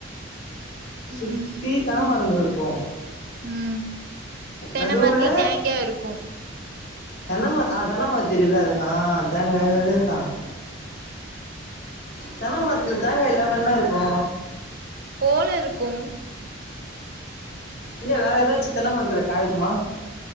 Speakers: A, on the left; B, on the right.
A: சுத்தி
B: ம்
A: தென்ன மரங்க இருக்கு
B: ம் தென்ன
A: நடுவுல
B: மரத்துல தேங்கே இருக்கு
A: தென்னமர ஆ தென்னமர தெரியுல்ல ஆ தேங்கா அதேதா தென்ன மரத்துல தேங்கா இல்லாம என்ன இருக்கு
B: போல இருக்கும்
A: இல்ல வேற ஏதாச்சு தென்னமரத்துல காய்க்குமா